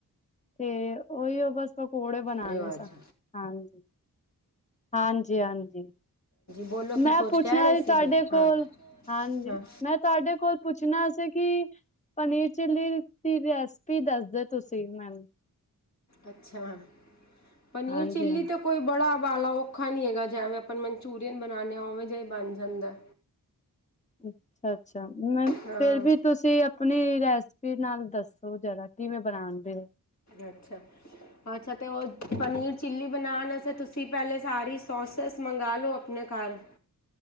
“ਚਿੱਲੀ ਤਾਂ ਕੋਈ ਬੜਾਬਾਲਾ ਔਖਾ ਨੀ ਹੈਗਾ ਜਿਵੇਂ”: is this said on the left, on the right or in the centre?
Left